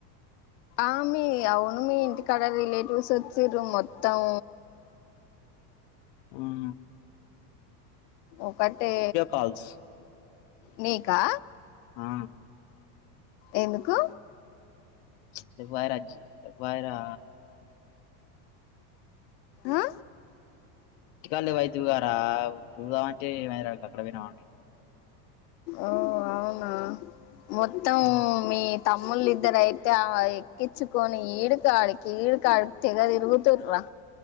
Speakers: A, on the left (about 85°); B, on the left (about 40°).
A: ఆమె అవును ఇంటికాడ రిలేటివ్స్ వచ్చిరు మొత్తం
B: హుమ్
A: ఒకటే
B: కాల్స్
A: నీకా
B: ఆ
A: ఎందుకు
B: ప్చ్ ఎఫైర్ వచ్చింది ఎఫైరా
A: ఆ
B: ఇంటికడ్నె పోయోతికదరా చూద్దామంటే <unintelligible> అక్కడ పోయినావంట
A: ఓ అవునా మొత్తం
B: అంటారు
A: మీ తమ్ముళ్ళిద్దర అయితే ఎక్కించుకొని ఈడుకాడికి ఈడు కాడి తెగ తిరుగుతుర్రా